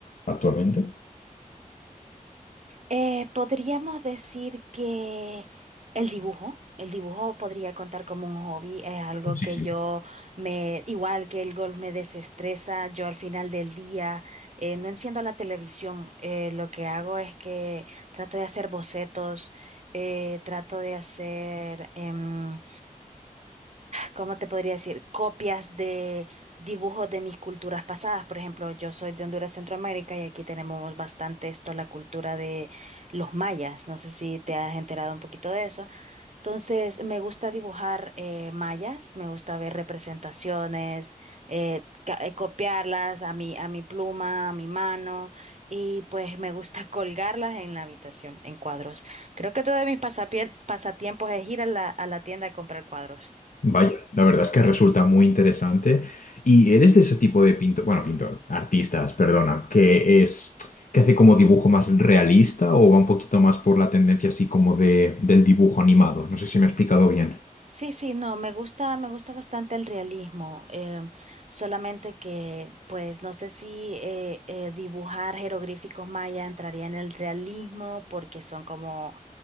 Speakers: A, on the left; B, on the right.
A: actualmente.
B: Eh, podríamos decir que el dibujo, el dibujo podría contar como un hobby, es algo
A: Sí,
B: que
A: sí.
B: yo me, igual que el golf me desestresa, yo al final del día eh, no enciendo la televisión, eh, lo que hago es que trato de hacer bocetos, eh, trato de hacer em, ¿cómo te podría decir? Copias de dibujos de mis culturas pasadas. Por ejemplo, yo soy de Honduras, Centroamérica, y aquí tenemos bastante esto, la cultura de los mayas. No sé si te has enterado un poquito de eso. Entonces, me gusta dibujar eh, mayas, me gusta ver representaciones, eh, ca- eh, copiarlas a mi, a mi pluma, a mi mano, y pues me gusta <laughs> colgarlas en la habitación, en cuadros. Creo que todo de mis pasapien- pasatiempos es ir a la, a la tienda a comprar cuadros.
A: Vaya, la verdad es que resulta muy interesante. ¿Y eres de ese tipo de pintor, bueno, pintor, artistas, perdona, que es que hace como dibujo más realista o va un poquito más por la tendencia así como de del dibujo animado? No sé si me he explicado bien.
B: Sí, sí, no, me gusta, me gusta bastante el realismo, eh, solamente que, pues, no sé si eh, eh, dibujar jeroglíficos maya entraría en el realismo porque son como